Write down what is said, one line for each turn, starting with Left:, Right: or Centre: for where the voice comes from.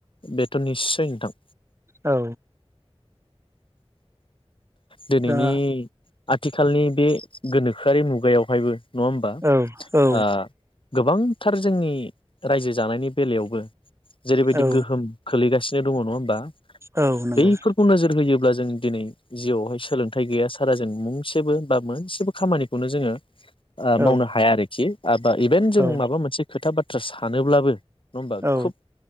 Left: बेथ' निस्सय नोंथां।
Right: औ।
Left: दिनैनि
Right: दा
Left: आथिखालनि बे गोनोखोआरि मुगायावहायबो नङा होमबा
Right: औ औ
Left: ओ गोबां थार जोंनि रायजो जानायनि बेलायावबो जेरैबायदि
Right: औ
Left: गोहोम खोलैगासिनो दङ नङा होमबा
Right: औ नंगौ
Left: बैफोरखौ नोजोर होयोब्ला जों जों दिनै जिउआवहाय सोलोंथाइ गैया सारा जों मुंसेबो बा मोनसेबो खामानिखौनो जोङो।
Right: औ
Left: मावनो हाया आरोखि इभेन
Right: औ
Left: जों माबा मोनसे खोथा बा बाथ्रा सानोब्लाबो नङा होमबा
Right: औ
Left: खोब